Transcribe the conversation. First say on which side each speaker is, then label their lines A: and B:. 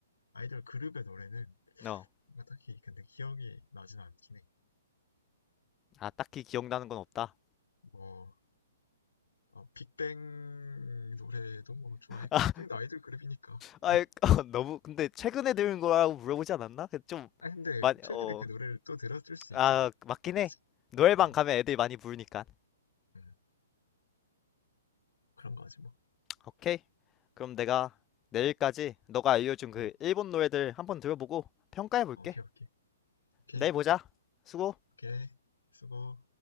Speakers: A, on the left; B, on the left.
A: 아이돌 그룹의 노래는
B: No.
A: 딱히 근데 기억이 나진 않긴 해.
B: 아, 딱히 기억나는 건 없다.
A: 뭐 어, 빅뱅 노래도 뭐 좋아했고
B: <laughs>
A: 빅뱅도 아이돌 그룹이니까.
B: 아,
A: 어.
B: <laughs> 너무 근데 최근에 들은 거라고 물어보지 않았나? 그 좀
A: 아 근데
B: 많이
A: 최근에
B: 어,
A: 그 노래를 또 들었을 수
B: 아,
A: 있잖아.
B: 맞긴 해.
A: 그치?
B: 노래방
A: 어,
B: 가면 애들이 많이 부르니까.
A: 음, 그런 거지 뭐.
B: 오케이. 그럼 내가 내일까지 너가 알려준 그
A: 어,
B: 일본 노래들 한번 들어보고 평가해 볼게.
A: 오케이 오케이 오케이
B: 내일 보자. 수고.
A: 오케이 수고.